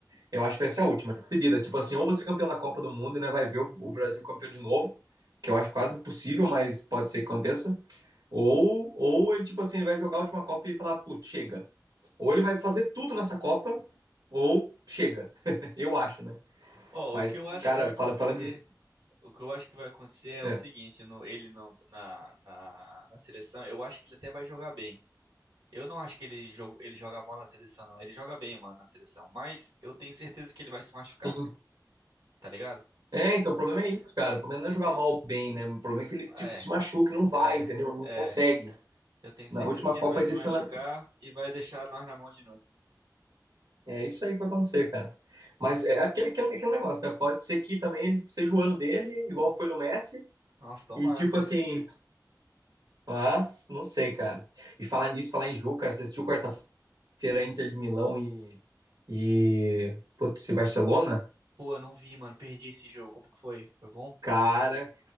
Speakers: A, on the right; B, on the right.
A: eu acho que vai ser a última despedida. Tipo assim, ou você é campeão da Copa do Mundo, e né? Vai ver o, o Brasil campeão de novo, que eu acho quase impossível, mas pode ser que aconteça. Ou, ou ele, tipo assim, ele vai jogar a última Copa e falar, putz, chega. Ou ele vai fazer tudo nessa Copa, ou chega. <laughs> eu acho, né?
B: Ó,
A: Mas,
B: o que eu acho
A: cara,
B: que vai acontecer,
A: fala, falando de
B: o que eu acho que vai acontecer é
A: É,
B: o seguinte, no, ele não, na, na, na seleção, eu acho que ele até vai jogar bem. Eu não acho que ele, jo- ele joga mal na seleção, não. Ele joga bem, mano, na seleção. Mas eu tenho certeza que ele vai se machucar,
A: sim.
B: tá ligado?
A: É, então, o problema é isso, cara. O problema
B: Eu
A: não é jogar
B: te...
A: mal ou bem, né? O problema é que ele, tipo,
B: É,
A: se machuca, e não vai,
B: é,
A: entendeu? Não
B: é.
A: consegue.
B: Eu tenho certeza
A: Na última
B: que
A: Copa
B: ele vai
A: ele
B: se
A: deixou
B: machucar
A: na...
B: e vai deixar nós na mão de novo.
A: É isso aí que vai acontecer, cara. Mas é aquele, aquele, aquele negócio, né? Pode ser que também ele seja o ano dele, igual foi do Messi.
B: Nossa, tomara,
A: E, tipo
B: Deus.
A: assim, mas não sei, cara. E falar nisso, falar em jogo, cara, você assistiu quarta-feira Inter de Milão e... e... Putz, e Barcelona?
B: Pô, eu não vi, mano. Perdi esse jogo. Como que foi? Foi bom?
A: Cara,